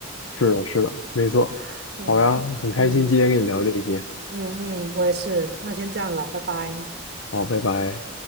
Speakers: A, on the left; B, on the right.
A: 是的，是的，没错。
B: <laughs> 嗯嗯
A: 好呀，很开心今天跟你聊这些。
B: 嗯嗯，我也是，那先这样了，拜拜。
A: 好，拜拜。